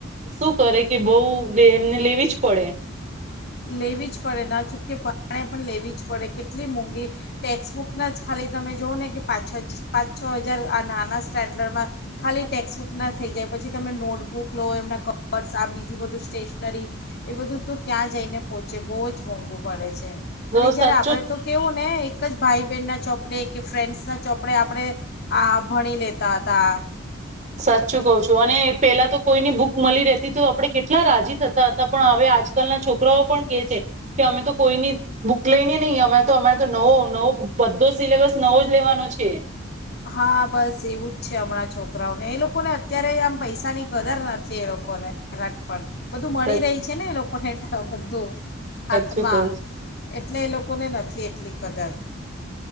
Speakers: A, on the right; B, on the left.
A: શું કરે કે બહુ વેમને લેવી જ પડે.
B: લેવી જ પડે ના છૂટકે પરાણે પણ લેવી જ પડે. કેટલી મોંઘી ટેક્સ્ટબુકના જ ખાલી તમે જોઓ ને કે પાંચ છજ પાંચ છો હજાર આ નાના સ્ટાન્ડર્ડમાં ખાલી ટેક્સ્ટબુકના થઈ જાય. પછી તમે નોટબુક લો એમના કપર્સ આ બીજું બધું સ્ટેશનરી એ બધું તો ક્યાં જઈને પહોંચે બહુ જ મોંઘું પડે છે.
A: તો
B: અને જયારે
A: સાચું
B: આપણે
A: જ
B: તો કેવો ને એક જ ભાઈ બહેન ના ચોપડે કે ફ્રેન્ડ્સ ના ચોપડે આપણે આ ભણી લેતા હતા.
A: સાચું કઉ છું અને પેલા તો કોઈની બુક મલી રેહ તી તો આપણે કેટલા રાજી થતા હતા પણ હવે આજકાલના છોકરાઓ પણ કે છે કે અમે તો કોઈની બુક લઈને નહી અમેં તો અમારે તો નવો નવો બધે સિલેબસ નવો જ લેવાનો છે.
B: હા, બસ એવું જ છે હમણાં છોકરાઓને. એ લોકોને અત્યારે આમ પૈસા ની કદર નથી એ લોકોને જરાક પણ. બધું મળી
A: સાચું
B: રહી છે ને એ લોક કહેદ. તો બધું હાથમાં.
A: કઉ છું.
B: એટલે એ લોકોને નથી એટલી કદર.